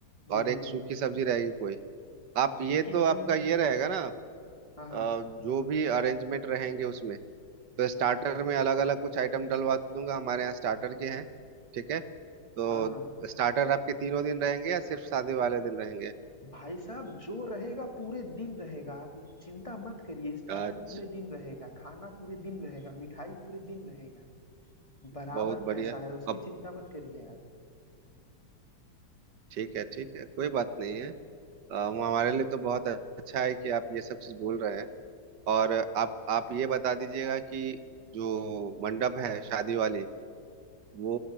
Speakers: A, on the left; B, on the right.
A: जी
B: और
A: बिल्कुल
B: एक सूखी सब्जी रहेगी कोई आप
A: सूखी
B: ये तो
A: में
B: आपका ये रहेगा ना अ,
A: हाँ हाँ
B: जो भी अरेंजमेंट रहेंगे उसमें तो स्टार्टर में अलग अलग कुछ आइटम डलवा दूंगा हमारे यहाँ स्टार्टर के हैं ठीक है तो
A: हाँ हाँ
B: स्टार्टर आपके तीनों दिन रहेंगे या सिर्फ शादी वाले दिन रहेंगे
A: भाई साहब जो रहेगा पूरे दिन रहेगा आप चिंता मत करिए स्टार्टर
B: अच्छा
A: पूरे दिन रहेगा खाना पूरे दिन रहेगा मिठाई पूरे दिन रहेगा बराबर
B: बहुत बढ़िया
A: पैसा है उसकी
B: अब
A: चिंता मत करिए आप
B: ठीक है ठीक है कोई बात नहीं है अ, वो हमारे लिए तो बहुत अच्छा है कि आप ये सब चीज बोल रहे हैं और आप आप ये बता दीजिएगा कि जो मंडप है शादी वाली वो